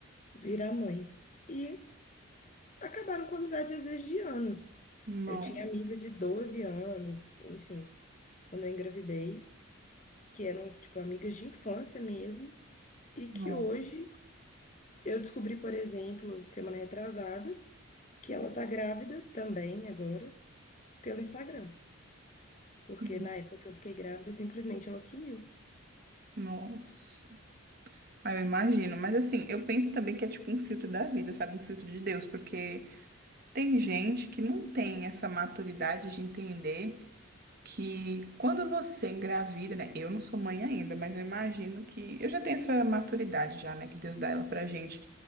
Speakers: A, on the left; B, on the right.
A: virar mãe. E acabaram com amizade às vezes de anos.
B: Não,
A: Eu Hum. tinha amiga de 12 anos, enfim, quando eu engravidei, que eram, tipo, amigas de infância mesmo, e
B: não.
A: que hoje eu descobri, por exemplo, semana retrasada, que ela tá grávida também agora pelo Instagram, porque
B: Sim.
A: na época que eu fiquei grávida, simplesmente ela sumiu.
B: Nossa. aí eu imagino. Mas assim, eu penso também que é tipo um filtro da vida, sabe? Um filtro de Deus, porque tem gente que não tem essa maturidade de entender. que quando você engravida, né? Eu não sou mãe ainda, mas eu imagino que eu já tenho essa maturidade já, né? Que Deus dá ela pra gente.